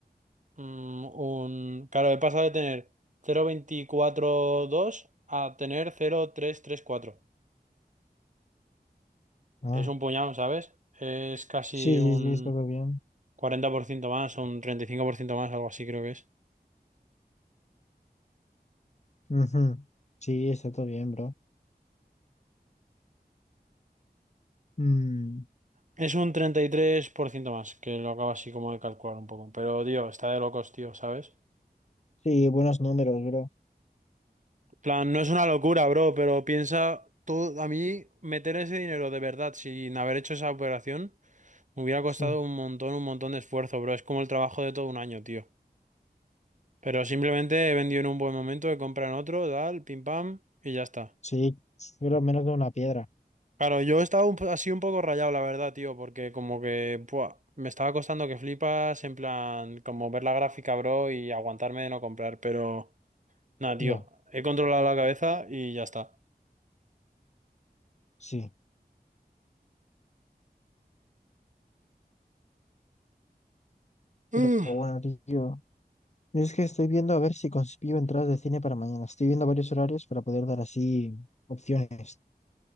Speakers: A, on the right (about 50°); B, on the left (about 45°).
A: mm, un... Claro, he pasado de tener 0.242 a tener 0.334.
B: Ah.
A: Es un puñado, ¿sabes? Es casi
B: Sí,
A: un
B: sí, sí, está todo bien.
A: 40% más, un 35% más, algo así creo que es.
B: Ujú. Sí, está todo bien, bro. Mm.
A: Es un treinta y tres por ciento más, que lo acabo así como de calcular un poco. Pero, tío, está de locos, tío, ¿sabes?
B: Sí, buenos números, bro.
A: plan, no es una locura, bro, pero piensa, todo, a mí meter ese dinero de verdad sin haber hecho esa operación me hubiera costado
B: Sí.
A: un montón, un montón de esfuerzo, bro. Es como el trabajo de todo un año, tío. Pero simplemente he vendido en un buen momento, he comprado en otro, tal, pim pam, y ya está.
B: Sí. Pero menos de una piedra.
A: Claro, yo estaba un po- así un poco rayado, la verdad, tío, porque como que buah, me estaba costando que flipas, en plan, como ver la gráfica, bro, y aguantarme de no comprar, pero nada, tío,
B: Ya.
A: he controlado la cabeza y ya está.
B: Sí. Pero
A: Uf.
B: bueno, tío. Yo es que estoy viendo a ver si consigo entradas de cine para mañana. Estoy viendo varios horarios para poder dar así opciones.